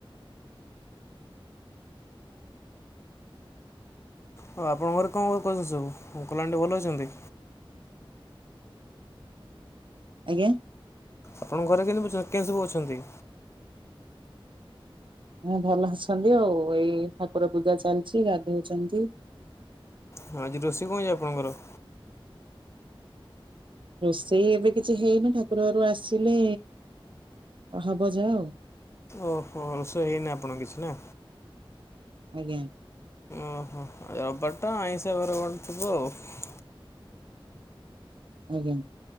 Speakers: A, on the left; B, on the right.
A: ଆଉ ଆପଣଙ୍କ ଘରେ କଣ କରୁଛନ୍ତି ସବୁ, ଅଙ୍କଲ ଆଣ୍ଟି ଭଲ ଅଛନ୍ତି?
B: ଆଜ୍ଞା।
A: ଆପଣଙ୍କ ଘରେ କେମିତି ବଛନ୍ତି କେଁ ସବୁ ଅଛନ୍ତି?
B: ହଁ ଭଲ ଅଛନ୍ତି ଆଉ ଏଇ ଠାକୁର ପୂଜା ଚାଲିଛି ଗାଧଉଛନ୍ତି
A: ହଁ ଆଜି ରୋଷେଇ କଣ ହେଇଛି ଆପଣଙ୍କର?
B: ରୋଷେଇ ଏବେ କିଛି ହେଇନି ଠାକୁର ଘରୁ ଆସିଲେ ହବ ଯାହା ଆଉ।
A: ଓହୋ ରୋଷେଇ ହେଇନି ଆପଣଙ୍କ କିଛି ନା।
B: ଆଜ୍ଞା।
A: ଓହୋ ରବିବାରଟା ଆଇଁସା ବାର କଣ ଗୋଟେ ଥିବ ଆଉ।
B: ଆଜ୍ଞା।